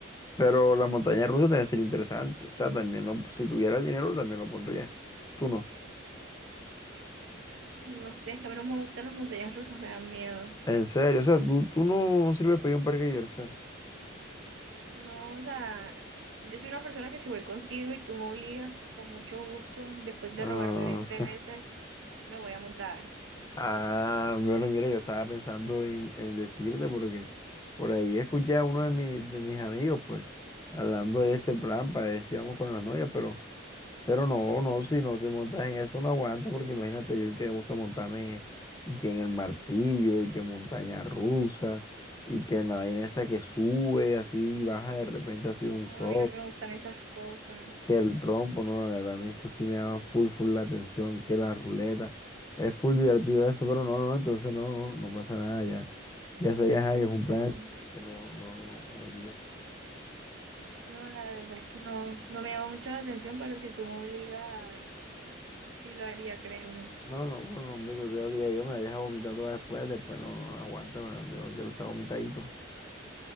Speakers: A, on the left; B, on the right.
A: Pero la montaña rusa también sería interesante. O sea, también lo, si tuviera el dinero, también lo pondría. Tú no.
B: No sé, es que a mí no me gustan las montañas rusas, me dan miedo.
A: En serio, o sea, tú, tú no, no sirves para ir a un parque de diversiones.
B: No, o sea, yo soy una persona que si voy contigo y tú me obligas con mucho gusto, después de
A: Ah,
B: rogarme 20
A: <laughs>
B: veces, me voy a montar.
A: ah, bueno, mira, yo estaba pensando en, en decirte porque por ahí escuché a uno de, mis de mis amigos, pues, hablando de ese plan para ver si vamos con las novias, pero Pero no, no, si no se monta en eso, no aguanta, porque imagínate yo que me gusta montarme en, y que en el martillo, y que montaña rusa, y que en la vaina esa que sube así y baja de repente así de un
B: No,
A: sol,
B: a mí no me gustan esas cosas.
A: que el trompo, no, la verdad, a mí eso sí me llama full, full la atención, que la ruleta, es full divertido eso, pero no, no, entonces no, no, no pasa nada, ya, ya sé que ajá, que es un
B: No,
A: plan que que no, no, no iría.
B: no, la verdad es que no, no me llama mucho la atención, pero si tú me obligas... Sí lo haría, créeme.
A: No, no, pero no, hombre, que te obliga yo me vayas a vomitar todas después, después no, no, no aguanta, me- yo no quiero estar vomitadito.